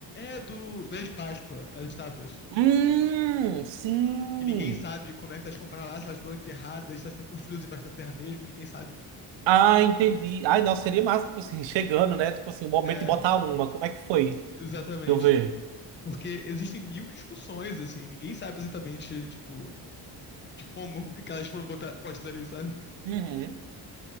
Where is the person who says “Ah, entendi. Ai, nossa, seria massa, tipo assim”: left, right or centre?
Right